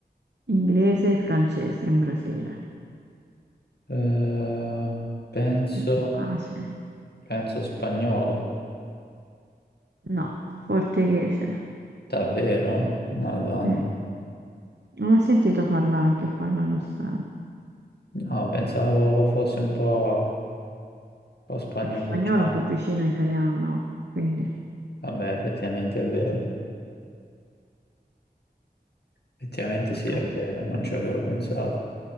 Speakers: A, on the right; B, on the left.
A: Inglese e francese in Brasile.
B: eh, penso,
A: Questo è facile.
B: penso spagnolo,
A: No, portoghese.
B: davvero? Madonna.
A: Sì. Non ho sentito parlare che parlano strano.
B: No, pensavo fosse un po'... po' spagnoleggiato.
A: Che spagnolo è un po' vicino all'italiano, no? Quindi
B: Vabbè, effettivamente è vero. Effettivamente
A: tocca
B: sì, è
A: a
B: vero,
A: te.
B: non ci avevo pensato.